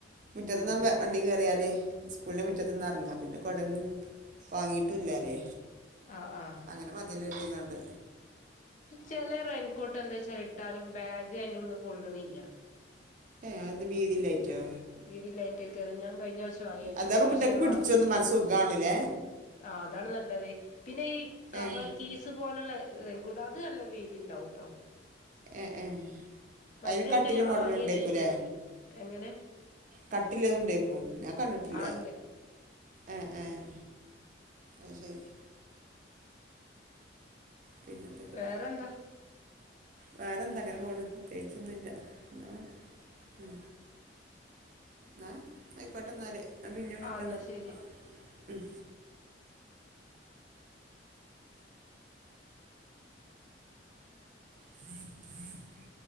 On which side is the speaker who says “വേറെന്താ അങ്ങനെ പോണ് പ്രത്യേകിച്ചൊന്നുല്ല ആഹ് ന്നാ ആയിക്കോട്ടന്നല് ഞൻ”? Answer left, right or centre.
Right